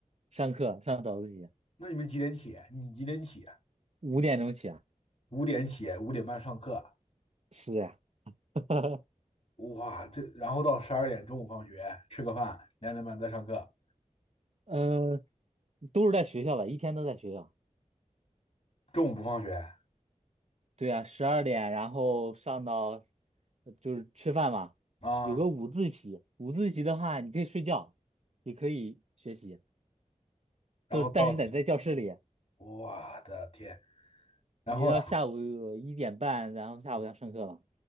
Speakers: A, on the right (about 55°); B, on the left (about 50°).
A: 上课上早自习，
B: 那你们几点起？你几点起啊？
A: 五点钟起啊。
B: 五点起，五点半上课。
A: 是呀，<laughs>
B: 哇，这然后到十二点中午放学吃个饭，两点半再上课，
A: 嗯、都是在学校的，一天都在学校。
B: 中午不放学
A: 对啊，十二点，然后上到呃就是吃饭嘛，
B: 啊。
A: 有个午自习。午自习的话，你可以睡觉，也可以学习，
B: 然后到
A: 就但是得在教室里。
B: 我的天，然后呢，
A: 你到下午一点半，然后下午要上课了，